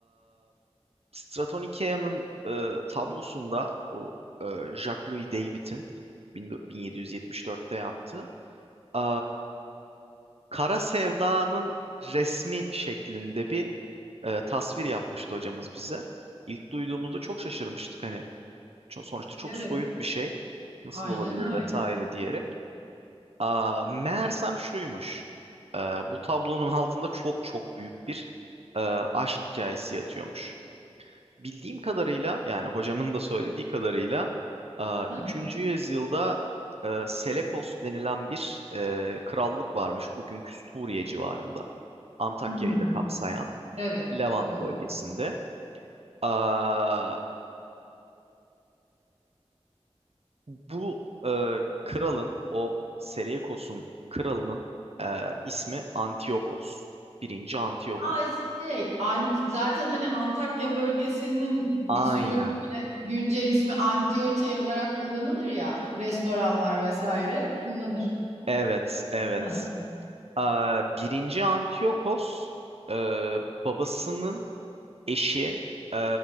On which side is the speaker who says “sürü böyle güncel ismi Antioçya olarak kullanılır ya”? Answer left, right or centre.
Right